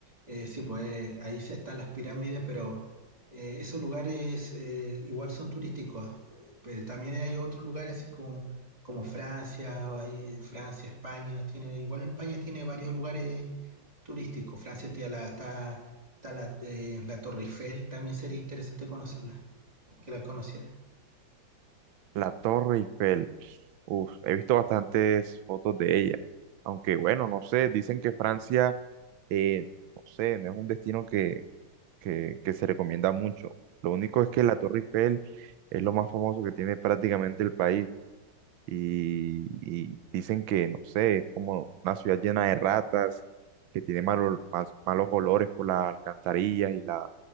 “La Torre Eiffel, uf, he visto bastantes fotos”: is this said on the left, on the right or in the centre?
Right